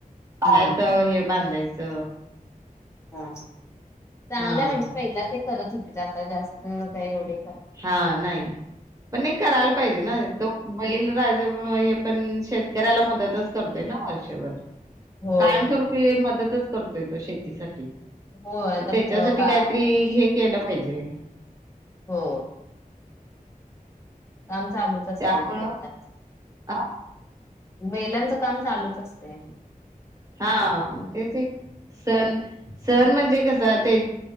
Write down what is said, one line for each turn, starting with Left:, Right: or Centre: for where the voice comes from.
Right: पायात
Left: हा
Right: हे बांधायचं. च
Left: हा चांगलं
Right: हा.
Left: म्हणजे पहिला ते तर चूकीच जास्त काय एवढे
Right: हा नाही पण एक करायला पाहिजे ना, तो बैल राजा हे पण, शेतकऱ्याला मदतच करतोय ना वर्षभर.
Left: होय
Right: कायमस्वरूपी
Left: होय
Right: मदतच करतोय तो शेतीसा
Left: हो आता
Right: त्याच्यासाठी
Left: बारा
Right: काहीतरी
Left: महिने
Right: हे केलं पाहिजे.
Left: हो काम चालूच असत
Right: त्यामुळं
Left: ते बैलांच
Right: आ
Left: बैलांचं काम चालूच असतय.
Right: हा मग तेच एक सण सण म्हणजे कस ते